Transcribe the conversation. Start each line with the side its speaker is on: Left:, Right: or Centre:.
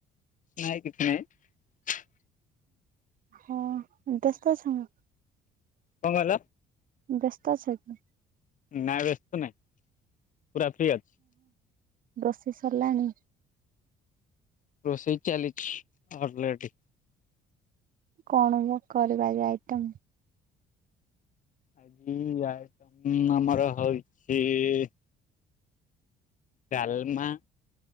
Left: ନାଇଁ କିଛି ନାଇଁ।
Right: ହଁ ବ୍ୟସ୍ତ ଅଛନ୍ତି କି?
Left: କଣ କହିଲ
Right: ବ୍ୟସ୍ତ ଅଛ କି?
Left: ନାଇଁ ବ୍ୟସ୍ତ ନାଇଁ। ପୁରା ଫ୍ରି ଅଛି।
Right: ରୋଷ ସରିଲାଣି?
Left: ରୋଷେଇ ଚାଲିଛି ଅଲରେଡି।
Right: କଣ ମୁଁ କରିପାରିବା ଆଇଟମ?
Left: ଆଜି ଆ- ଆମର ହଉଛି- ଡାଲମା